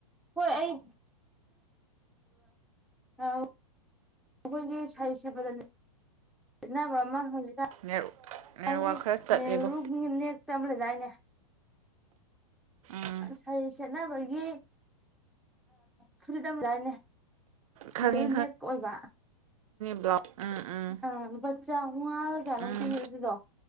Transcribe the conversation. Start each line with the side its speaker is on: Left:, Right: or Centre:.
Centre: ꯍꯣꯏ ꯑꯩ ꯑꯩꯈꯣꯏꯒꯤ ꯁꯥꯍꯤ ꯁꯦꯕꯗ ꯈꯦꯅꯕ ꯑꯃ ꯍꯧꯖꯤꯛ
Right: ꯅꯦꯠ ꯅꯦꯠꯋꯥꯛ
Centre: ꯒꯤ
Right: ꯈꯔ ꯇꯠꯂꯦꯕꯣ
Centre: ꯅꯦꯍꯔꯨ ꯅꯛꯇꯝ ꯂꯩꯗꯥꯏꯅꯦ
Right: ꯎꯝ
Centre: ꯁꯔꯤ ꯁꯦꯠꯅꯕꯒꯤ ꯐꯨꯔꯤꯠ ꯑꯃꯝꯗꯥꯏꯅꯦ
Right: ꯈꯪꯉꯦ
Centre: ꯅꯦꯔꯨ ꯅꯦꯛ ꯑꯣꯏꯕ
Right: ꯕ꯭ꯂꯥꯎ ꯎꯝ ꯎꯝ
Centre: ꯑ ꯆꯥꯃꯨꯉꯥꯒ ꯀꯌꯥꯅꯣꯝ
Right: ꯎꯝ
Centre: ꯄꯤꯕ ꯑꯗꯨꯗꯣ